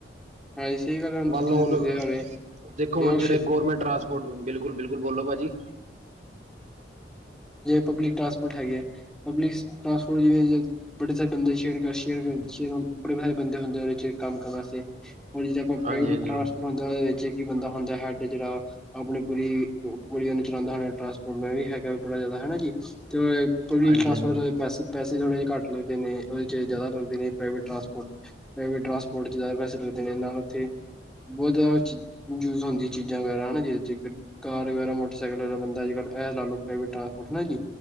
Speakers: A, in the centre; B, on the right.
A: ਹਾਂਜੀ ਸਹੀ ਗੱਲ ਹੈ
B: ਮੰਨ
A: ਤੁਸੀਂ
B: ਲਓ ਹੁਣ
A: ਤੁਸੀਂ
B: ਦੇਖੋ
A: ਹੁਣੇ
B: ਹੁਣ ਜਿਹੜੇ ਗੌਰਮੈਂਟ ਬਿਲਕੁ ਬਿਲਕੁਲ ਬੋਲੋ ਭਾਜੀ।
A: ਪਬਲਿਕ ਟਰਾਂਸਪੋਰਟ ਹੈਗੀ ਹੈ ਪਬਲਿਕ ਟਾਂਸਪੋਰਟ ਜ ਬੜੇ ਸਾਰੇ ਬੰਦੇ ਸ਼ੇਅਰ ਕਰ ਸ਼ਅਰਅ ਬੜੇ ਸਾਰੇ ਬੰਦੇ ਹੁੰਦੇ ਉਹਦੇ ਚ ਕੰਮ ਕਰਨ ਆਸਤੇ। ਹੋਰ ਜਿਦ ਆਪਾਂ
B: ਹਾਂਜੀ
A: ਪ੍ਰਵੇਟ
B: ਹਾਂਜੀ
A: ਹੁੰਦਾ ਉਹਦੇ ਵਿੱਚ ਇੱਕ ਬੰਦਾ ਹੁੰਦਾ ਹੈੱਡ ਜਿਹੜਾ ਆਪਣੀ ਪੂਰੀ ਕੁੜੀਆ ਨੂੰ ਚਲਾਉਂਦਾ ਹੋਣਾ ਟਰਾਂਸਪੋਰਟ ਨਾਲ ਵੀ। ਹੈਗਾ ਬੜਾ ਜ਼ਿਆਦਾ ਹਨਾ ਜੀ ਤੇ ਪਬਲਿਕ
B: ਹਾਂਜੀ
A: ਟਰਾਂਸਪੋਰਟ
B: ਹਾਂਜੀ
A: ਪੈਸੇ। ਪੈਸੇ ਥੋੜੇ ਜਿਹੇ ਘੱਟ ਲਗਦੇ ਨੇ ੳਦੇ ਚ ਜ਼ਿਆਦਾ ਲੱਗ ਨੇ ਪਾਈ੍ਰਵੇਟ ਟਰਾਂਸਪੋਰਟ ਚ। ਪ੍ਰਾਈਵੇਟ ਟਰਾਂਸਪੋਰਟ ਜ਼ਿਆਦਾ ਪੈਸੇ ਲੱਗਦੇ ਨੇ ਇਹਨਾਂ ਨੂੰ ਉੱਥੇ ਬਹੁਤ ਜ਼ਿਆਦਾ ਯੂਜ ਹੁੰਦੀ ਚੀਜ਼ਾਂ ਵਗੈਰਾ ਹਨ ਜਿਹਦੇ ਚ ਕਾਰ ਵਗੈਰਾ ਮੋਟਰਸਾਈਕਲ ਬੰਦਾ ਅੱਜ ਕੱਲ ਇਹ ਲਾ ਲ ਲੋ। ਟਰਾਂਸਪੋਰਟ ਜੀ